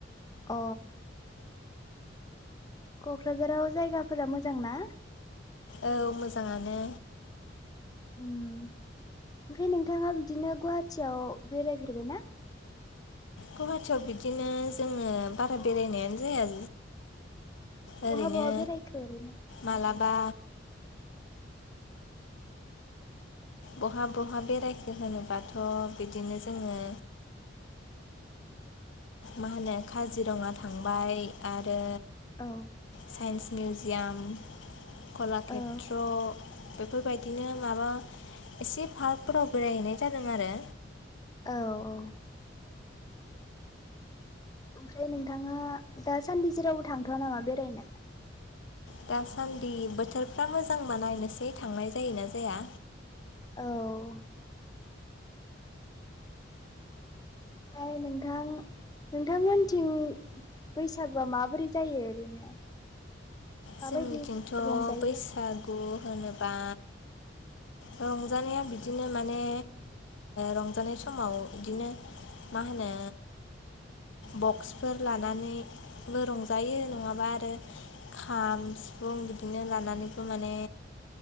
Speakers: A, on the left; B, on the left.
A: अ क'क्राझाराव जायगाफोरा मोजां ना?
B: औ मोजाङानो।
A: ओम ओमफ्राय नोंथाङा बिदिनो गुवाहाटियाव बेरायफेरबाय ना?
B: गुवाहाटियाव बिदिनो जोङो बारा बेरायनायानो जाया। ओरैनो
A: बहा बहा बेरायखो ओरैनो
B: मालाबा बहा बहा बेरायखो होनोबाथ' बिदिनो जोङो मा होनो काजिरङा थांबाय आरो
A: औ
B: साइन्स मिउजियाम कलाकेत्र'
A: औ
B: बेफोरबायदिनो माबा एसे पार्कफोराव बेरायहैनाय जादों आरो
A: औ-औ ओमफ्राय नोंथाङा दासान्दि जेरावबो थांथ'वा नामा बेरायनो?
B: दासान्दि बोथोरफ्रा मोजां बा नायनोसै थांनाय जायोना जाया।
A: औ ओमफ्राय नोंथां नोंथांमोन थिं बैसागुआ माबोरै जायो ओरैनो? माबायदि
B: जोंनिथिंथ'
A: रंजायो
B: बैसागु होनोबा रंजानाया बिदिनो माने रंजानाय समाव बिदिनो मा होनो बक्सफोर लानानैबो रंजायो नङाबा आरो खाम सिफुं बिदिनो लानानैबो माने